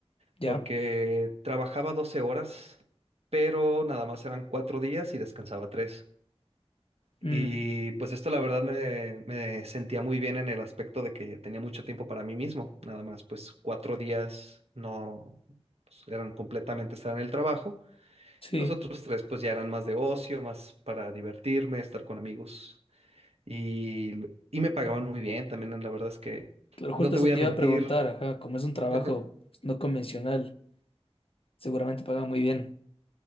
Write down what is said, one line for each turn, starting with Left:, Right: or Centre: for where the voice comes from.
Left: Ya.
Right: porque trabajaba 12 horas, pero nada más eran cuatro días y descansaba tres.
Left: Mm,
Right: Y pues esto la verdad me, me sentía muy bien en el aspecto de que tenía mucho tiempo para mí mismo, nada más pues cuatro días no pues, eran completamente estar en el trabajo
Left: sí.
Right: y los otros tres pues ya eran más de ocio, más para divertirme, estar con amigos y, y me pagaban muy bien también, la verdad es que
Left: Claro,
Right: no
Left: justo
Right: te
Left: eso
Right: voy
Left: te
Right: a mentir,
Left: iba a preguntar, ajá, como es un trabajo
Right: <laughs>
Left: pues, no convencional, seguramente paga muy bien.